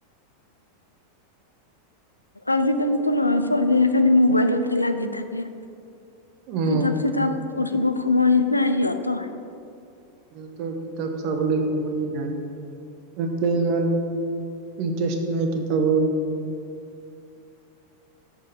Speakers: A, on the left (about 80°); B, on the right (about 45°).
A: আজিকালি ল'ৰা ছোৱালীয়ে এ খালি মোবাইলতে লাগি থাকে
B: আহ
A: কিতাপ চিতাপ পঢ়িব সময় নাই সিহঁতৰ
B: উম কিতাপ চাবলৈ সময়েই নাই ততে ইমান ইন্টাৰেষ্ট নাই কিতাপৰ